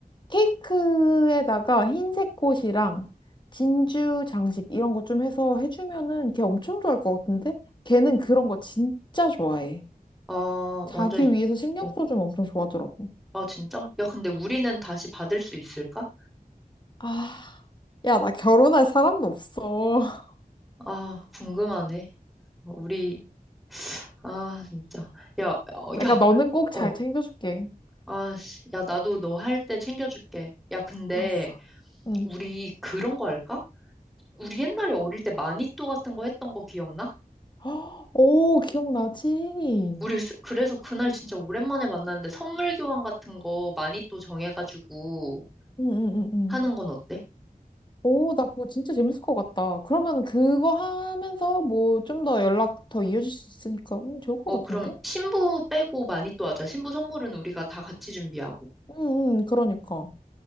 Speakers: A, on the left (about 30°); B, in the centre.
A: 케이크에다가 흰색 꽃이랑 진주 장식 이런 거 좀 해서 해주면은 걔 엄청 좋아할 것 같은데? 걔는 그런 거 진짜 좋아해.
B: 아,
A: 자기
B: 완전, 이-
A: 위해서 신경
B: 어,
A: 써주면 엄청 좋아하더라고.
B: 아, 진짜? 야, 근데 우리는 다시 받을 수 있을까?
A: 아, 야, 나 결혼할 사람도 없어.
B: 아, 궁금하네. 어, 우리, 아, 진짜. 야, 어,
A: 내가
B: 야,
A: 너는 꼭
B: 어.
A: 잘 챙겨줄게.
B: 아, 씨, 야, 나도 너 할 때 챙겨줄게. 야, 근데
A: 알았어. 응.
B: 우리 그런 거 할까? 우리 옛날에 어릴 때 마니또 같은 거 했던 거 기억나?
A: <gasps> 오, 기억나지? 응,
B: 우리 스- 그래서 그날 진짜 오랜만에 만났는데 선물 교환 같은 거 마니또 정해가지고
A: 응, 응, 응.
B: 하는 건 어때?
A: 오, 나 그거 진짜 재밌을 것 같다. 그러면 그거 하면서 뭐 좀 더 연락 더 이어질 수 있으니까 음, 좋을 것
B: 어,
A: 같은데?
B: 그럼 신부 빼고 마니또 하자. 신부 선물은 우리가 다 같이 준비하고.
A: 응, 응, 그러니까.